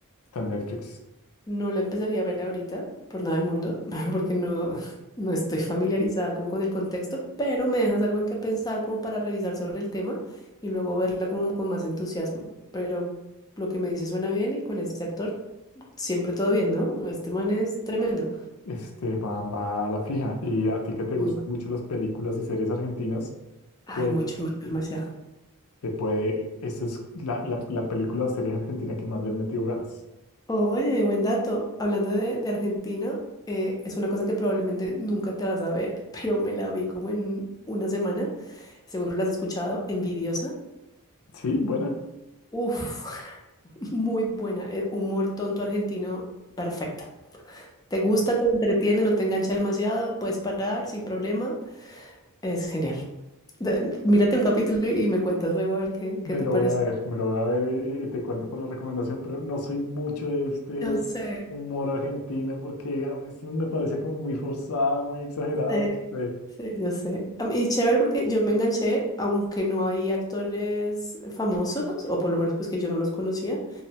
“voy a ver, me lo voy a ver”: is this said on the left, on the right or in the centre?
Left